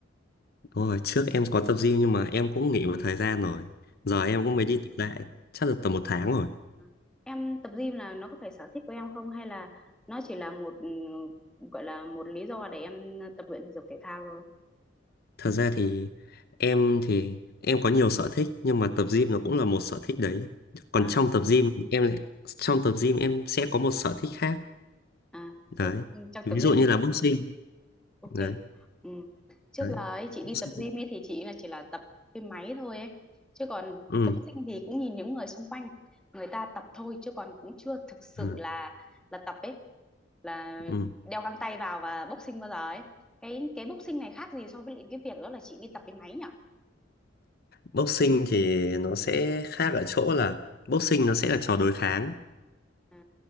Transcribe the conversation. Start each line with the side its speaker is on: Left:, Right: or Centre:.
Left: Đúng rồi, trước em có tập gym nhưng mà em cũng nghỉ một thời gian rồi. Giờ
Centre: Ờ,
Left: em cũng mới đi tập lại, chắc là tầm một tháng rồi.
Centre: ờ. Em tập gym là nó có phải sở thích của em không hay là nó chỉ là một ừ, gọi là một lý do để em tập luyện thể dục thể thao thôi?
Left: Thật ra thì em thì em có nhiều sở thích nhưng mà tập gym nó cũng là một sở thích đấy. Còn
Centre: À,
Left: trong tập gym em lại trong tập gym em sẽ có một sở thích khác.
Centre: à, sở-
Left: Đấy.
Centre: trong
Left: Ví
Centre: tập
Left: dụ
Centre: gym
Left: như là boxing.
Centre: Ok.
Left: Đấy,
Centre: Ừ. Trước
Left: đấy.
Centre: là ấy, chị
Left: Boxing.
Centre: đi tập gym ấy thì chị là chỉ là tập cái máy thôi ấy. Chứ còn
Left: Ừ,
Centre: boxing thì cũng nhìn những người xung quanh người ta tập thôi chứ còn cũng chưa thực sự
Left: ừ,
Centre: là là tập ấy là
Left: ừ.
Centre: đeo găng tay vào và boxing bao giờ ấy. Cái cái boxing này khác gì so với lại cái việc đó là chị đi tập cái máy nhỉ?
Left: Boxing thì nó sẽ khác ở chỗ là boxing nó sẽ là trò đối kháng.
Centre: À.